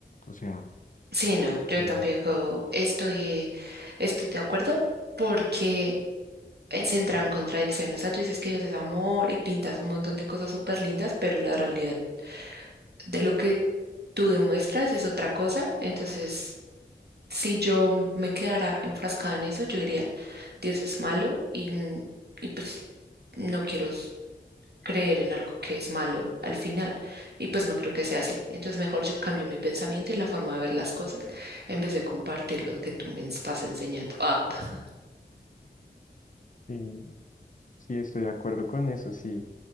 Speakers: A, on the left; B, on the right.
A: o sea,
B: sí, no, yo
A: eso.
B: tampoco estoy, estoy de acuerdo porque... eh, se entra en contradicción, o sea, tú dices que Dios es amor y pintas un montón de cosas súper lindas, pero la realidad de lo que tú demuestras es otra cosa. Entonces, si yo me quedara enfrascada en eso, yo diría, Dios es malo y, n- y pues no quiero s- creer en algo que es malo al final. Y pues no creo que sea así. Entonces, mejor yo cambio mi pensamiento y la forma de ver las cosas en vez de compartir lo que tú me estás enseñando. Ah, <laughs>
A: Sí, sí, estoy de acuerdo con eso, sí.